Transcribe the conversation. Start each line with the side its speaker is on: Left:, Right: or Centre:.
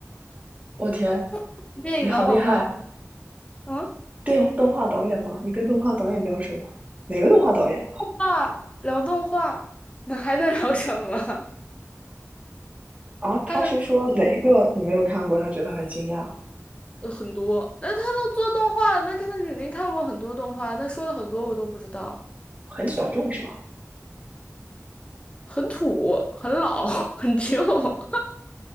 Right: 我天，
Left: <laughs> 电影能好不好？
Right: 你好厉害！
Left: 啊，
Right: 电动画导演吗？你跟动画导演聊什么？哪个动画导演？
Left: 啊，聊动画，那还能聊什么？
Right: 啊，他是说哪个你没有看过，
Left: 看
Right: 他觉得很惊讶，
Left: 呃很多，那他都做动画了，那他肯定看过很多动画，那说的很多我都不知道，
Right: 很小众是吧？
Left: 很土，很老，<laughs> 很旧。<laughs>